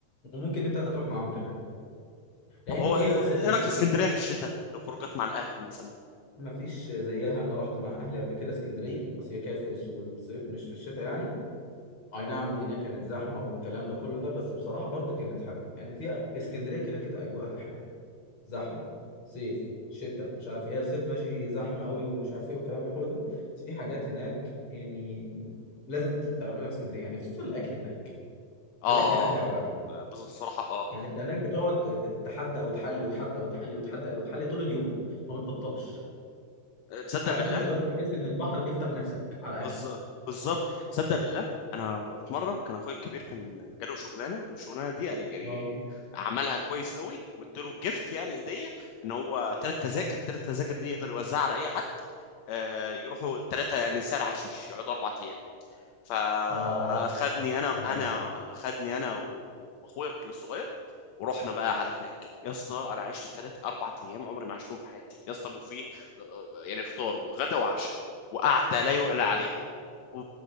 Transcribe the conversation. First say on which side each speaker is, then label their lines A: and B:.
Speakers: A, on the left (about 40°); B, on the left (about 65°).
A: وممكن انت تروح معاهم كمان لان
B: طب هو
A: ايه
B: ايه
A: بص انت مش
B: رايك في اسكندريه في الشتاء لخروجات مع الاهل مثلا
A: ما فيش زيها انا رحت مع اهلي قبل كده اسكندريه بس هي كانت في الصيف مش في الشتاء يعني اي نعم الدنيا كانت زحمه والكلام ده كله ده بس بصراحه برضو كانت حلوه يعني في اسكندريه كده كده اجواءها حلوه زحمه صيف شتاء مش عارف ايه الصيف ماشي زحمه قوي ومش عارف ايه والكلام ده كله ده بس في حاجات هناك يعني لازم تعملها في اسكندريه يعني خصوصا الاكل هناك
B: اه
A: الاكل هناك لا يعلى عليه
B: بص- بصراحه اه
A: يعني انت هناك بتقعد تحدى وتحلي وتحدى وتحلي وتحدى وتحلي طول اليوم ما بتبطلش
B: تصدق
A: عارف
B: بالله
A: انت لو تحس ان البحر بيفتح نفسك على الاكل
B: بز- بالظبط تصدق بالله انا في مره كان اخويا الكبير كان جاله شغلانه والشغلانه دي أنا يعني
A: اه
B: عملها كويس قوي واداله جيفت يعني هديه ان هو ثلاث تذاكر ثلاث تذاكر دي يقدر يوزعها على اي حد آه، يروحوا ثلاثه يعني سهل حشيش يقعدوا اربع ايام فاخدني
A: اه
B: انا
A: يا لحظة
B: انا خدني انا واخويا الصغير ورحنا بقى على هناك يا اسطى انا عشت ثلاث اربع ايام عمري ما عشتهم في حياتي يا اسطى وفيه يعني فطار وغدا وعشاء وقعده لا يعلى عليها و-